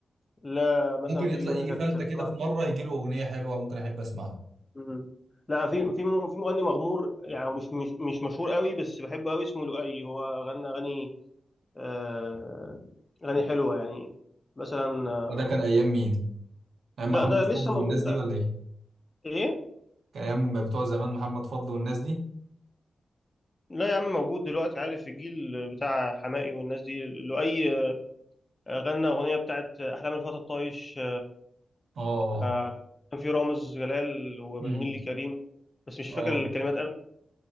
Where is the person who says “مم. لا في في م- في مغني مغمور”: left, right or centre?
Left